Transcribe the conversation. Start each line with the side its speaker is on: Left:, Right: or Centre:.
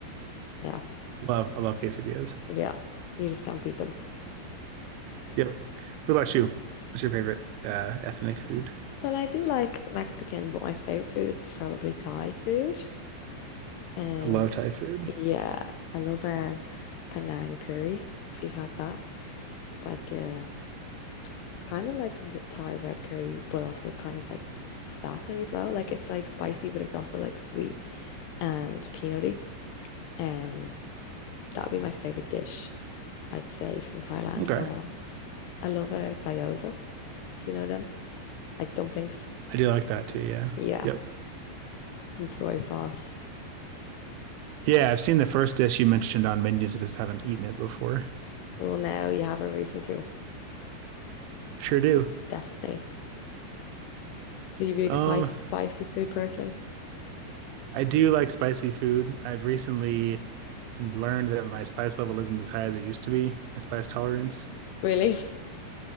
Left: Yeah,
Right: Love, I love quesadillas.
Left: yeah. You just can't beat them.
Right: Yep. What about you? What's your favorite uh, ethnic food?
Left: Well, I do like Mexican, but my favorite food is probably Thai food. Um,
Right: I love Thai food.
Left: yeah, I love uh, Penang curry. If you've had that, it's like uh, it's kind of like r- Thai red curry, but also kind of like a satay as well. Like it's like spicy, but it's also like sweet and peanutty. Um, that would be my favorite dish. I'd say from Thailand
Right: Okay.
Left: or else. I love a gyoza, if you know them, like dumplings.
Right: I do like that too. Yeah.
Left: Yeah,
Right: Yep.
Left: with some soy sauce.
Right: Yeah, I've seen the first dish you mentioned on menus. I just haven't eaten it before.
Left: Well, now you have a reason to,
Right: Sure do.
Left: definitely. So you be a
Right: Um,
Left: spice, spicy food person?
Right: I do like spicy food. I've recently learned that my spice level isn't as high as it used to be, my spice tolerance.
Left: Really?